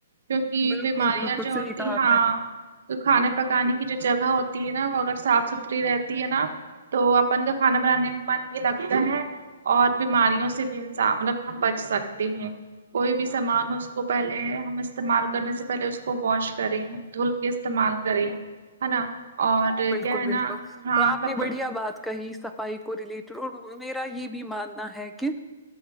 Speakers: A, on the right (about 65°); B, in the centre.
A: کیونکہ
B: بالکل
A: بیماریاں
B: بالکل
A: جو
B: صحیح
A: ہوتی
B: کہا آپ
A: ہاں
B: نے
A: تو کھانے پکانے کی جو جگہ ہوتی ہے نا وہ اگر صاف ستھری رہتی ہے نا تو اپن کا کھانا بنانے میں من بھی لگتا ہے اور بیماریوں سے بھی انسان مطلب ہم بچ سکتے ہیں کوئی بھی سامان ہے اس کو پہلے ہم استعمال کرنے سے پہلے اس کو واش کریں دھل کے استعمال کریں ہے نا اور
B: بلکل
A: کیا ہے
B: بلکل
A: نا ہاں
B: تو آپ
A: کپ
B: نے بڑھیا بات کہیں صفائی کو ریلیٹڈ اور میرا یہ بھی ماننا ہے کہ